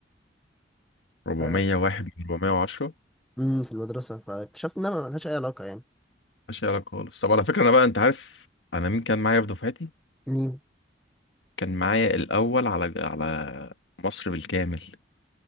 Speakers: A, on the left; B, in the centre.
A: 401
B: آه،
A: من 410
B: امم في المدرسه فاكتشفت انها ملهاش اي علاقه يعني
A: ملهاش أي علاقه خالص طب على فكره انا بقى انت عارف انا مين كان معايا في دفعتي
B: امم
A: كان معايا الاول على على مصر بالكامل